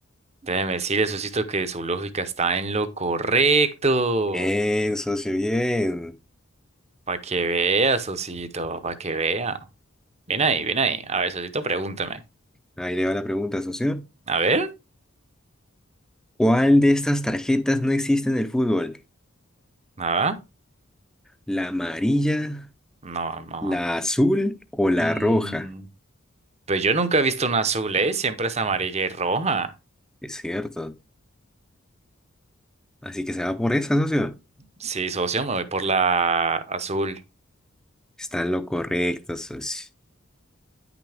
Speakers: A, on the right; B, in the centre.
A: Déjeme decirle, Sosito, que su lógica está en lo correcto.
B: Bien, socio, bien.
A: Para que vea, Sosito, para que vea. Bien ahí, bien ahí. A ver, Sosito, pregúntame.
B: Ahí le va la pregunta, socio.
A: A ver,
B: ¿Cuál de estas tarjetas no existe en el fútbol?
A: ¿nada?
B: ¿La amarilla,
A: No, no.
B: la azul o la
A: Mm,
B: roja?
A: pues yo nunca he visto una azul, ¿eh? Siempre es amarilla y roja.
B: Es cierto. Así que se va por esa, socio.
A: Sí, socio, me voy por la azul.
B: Está en lo correcto, socio.